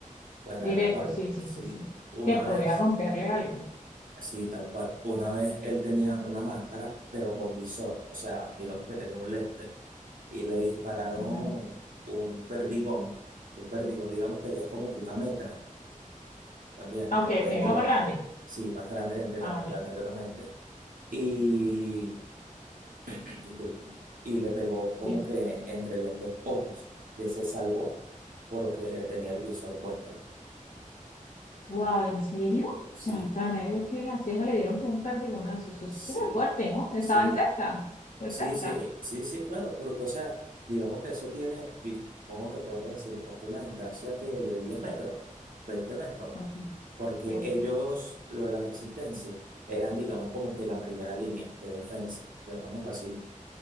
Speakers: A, on the right; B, on the left.
A: Bueno,
B: Directo,
A: él me contó,
B: sí, sí,
A: sí,
B: sí, sí.
A: una
B: Que podría
A: vez.
B: romperle algo.
A: Sí, tal cual. Una vez él tenía una máscara, pero con visor, o sea, digamos que tenía un lente, y le dispararon
B: Ujú.
A: un perdigón, un perdigón, digamos que ya es como que una metra también,
B: Ah,
A: pero
B: ok,
A: de
B: ok,
A: goma,
B: uno más grande.
A: sí, más grande del que te
B: Ah,
A: nombré
B: ya.
A: anteriormente. Y, <clears throat> disculpa, y le pegó como
B: sí.
A: que entre los dos ojos, y él se salvó porque tenía el visor puesto.
B: Wow, ¿en serio?
A: Sí,
B: Santa medio que la ceja le dieron con un cardigonazo. Eso
A: sí,
B: es súper fuerte, ¿no? Estaban
A: sí.
B: cerca, pues
A: Sí,
B: cerca.
A: sí, sí, sí, claro, porque, o sea, digamos que eso tiene, di- ¿cómo te podría decir? Pues, una distancia que de 10 metros, veinte metros,
B: Ok,
A: porque
B: ok.
A: ellos, lo de la resistencia, eran, digamos, como que la primera línea de defensa, llamémoslo así.